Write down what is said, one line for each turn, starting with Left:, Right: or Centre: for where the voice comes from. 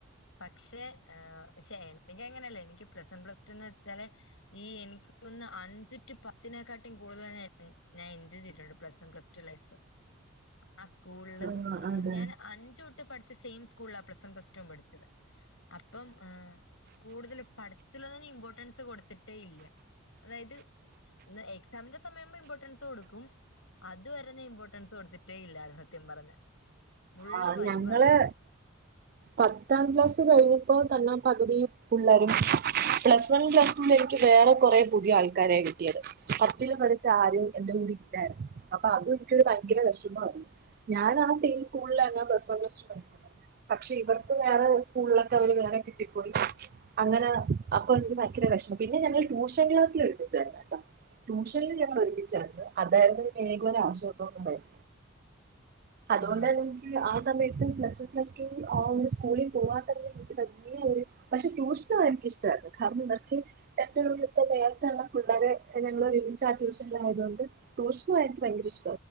Left: പക്ഷേ ഏ ശേ എനക്ക് എങ്ങനെയല്ല എനിക്ക് പ്ലസ് വൺ പ്ലസ് ടു എന്ന് വെച്ചാല് ഈ എനിക്ക് പിന്നെ അഞ്ച് ടു പത്തിനെക്കാട്ടും കൂടുതല ഞാൻ എൻജോയ് ചെയ്തിട്ടുണ്ട് plus one plus two life ആഹ് സ്കൂളില്
Right: ആഹ് അതെ
Left: ഞാൻ അഞ്ച് തൊട്ട് പഠിച്ച സെയിം സ്കൂളിലാ പ്ലസ് വൺ പ്ലസ് ടു ൻ പഠിച്ചത് അപ്പം ആഹ് കൂടുതൽ പഠത്തിലൊന്നും ഇമ്പോർട്ടൻസ് കൊടുത്തിട്ടേ ഇല്ല അതായത് ഇ എക്സാമിന്റെെ സമയവുമ്പം ഇമ്പോർട്ടൻസ് കൊടുക്കും അത് വരെ ഞാൻ ഇമ്പോർട്ടൻസ് കൊടുത്തിട്ടേ ഇല്ല സത്യം പറഞ്ഞഞ് ഫുള്ള്
Right: ആഹ്
Left: വൈബായിരുന്നു
Right: ഞങ്ങള് പത്താം ക്ലാസ് കഴിഞ്ഞപ്പോ തന്നാ പകുതി പിള്ളാരും പ്ലസ് വൺ പ്ലസ് <unintelligible> ക്ക് വേറെ കൊറേ പുതിയ ആൾക്കാരെയാ കിട്ടിയത് പത്തില് പഠിച്ച ആരും എന്റെ കൂടെ ഇല്ലാരുന്നു അപ്പൊ അതും എനിക്കൊരു ഭയങ്കര വെഷമവാരുന്നു ഞാൻ ആണാ സെയിം സ്കൂളിലാ ഞാൻ പ്ലസ് വൺ പ്ലസ് ടൂ പഠിച്ചേ പക്ഷേ ഇവർ ക്ക് വേറെ സ്കൂളിലൊക്കെ അവര് വേറെ കിട്ടിപ്പോയി അങ്ങനെ അപ്പൊ എനിക്ക് ഭയങ്കര വെഷ പിന്നെ ഞങ്ങൾ ട്യൂഷൻ ക്ലാസ്സിൽ ഒരുമിച്ചാരുന്നു കേട്ടോ ട്യൂഷനിൽ ഞങ്ങൾ ഒരുമിച്ചാരുന്നു അതാരുന്നു പിന്നെങ്കിലും ഒരാശ്വാസം <unintelligible> <unintelligible>
Left: ആഹ്
Right: എനിക്ക് ആ സമയത്ത് പ്ലസ് പ്ലസ് ടൂ ആഹ് ഒരു സ്കൂളിൽ പോവാൻ തന്നെ എനിക്ക് വല്യ ഒരു പക്ഷെ ട്യൂഷന് പോവാൻ എനിക്ക് ഇഷ്ടാരുന്നു കാരണം ഇവർക്ക് <unintelligible> പിള്ളാരെ ഞങ്ങള് ഒരുമിച്ച് ആക്കിയേഷം <unintelligible> ആയതുകൊണ്ട് ട്യൂഷന് പോയാ എനിക്ക് ഭയങ്കര ഇഷ് <unintelligible>